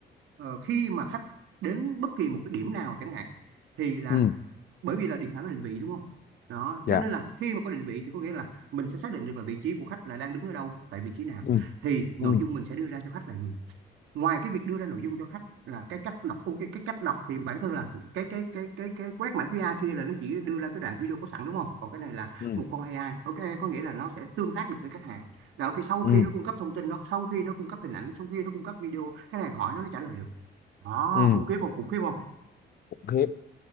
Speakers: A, on the right; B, on the left.
A: ờ, khi mà khách đến bất kỳ một cái điểm nào chẳng hạn thì là
B: ừ
A: bởi vì là điện thoại có định vị đúng không đó
B: dạ
A: cho nên là khi mà có định vị thì có nghĩa là mình sẽ xác định được là vị trí của khách là đang đứng ở đâu tại vị trí nào
B: ừ
A: thì nội
B: ừ
A: dung mình sẽ đưa ra cho khách là gì ngoài cái việc đưa ra nội dung cho khách là cái cách đọc ok cái cách đọc thì bản thân là cái cái cái cái cái quét mã QR kia là nó chỉ đưa ra cái đoạn video có sẵn đúng không còn cái này là
B: ừ
A: một con AI ok có nghĩa là nó sẽ tương tác được với khách hàng là ok sau
B: ừ
A: khi nó cung cấp thông tin nó sau khi nó cung cấp hình ảnh sau khi nó cung cấp video khách hàng hỏi nó nó trả lời được đó
B: ừ.
A: khủng khiếp không khủng khiếp không
B: Ok.